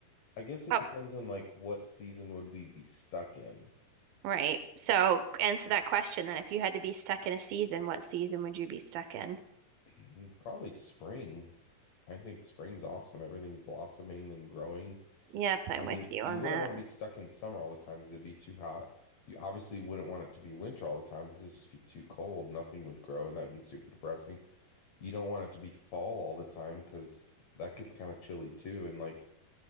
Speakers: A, on the left (about 65°); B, on the right (about 80°).
A: I guess it
B: Oh,
A: depends on like what season would we be stuck in.
B: Right. So answer that question then. If you had to be stuck in a season, what season would you be stuck in?
A: <clears throat> Probably spring. I think spring's awesome. Everything's blossoming and growing.
B: yep, I'm
A: I mean,
B: with you
A: you
B: on
A: wouldn't
B: that.
A: want to be stuck in summer all the time because it'd be too hot. You obviously wouldn't want it to be winter all the time because it'd just be too cold. Nothing would grow, and that'd be super depressing. You don't want it to be fall all the time because that gets kind of chilly too. And like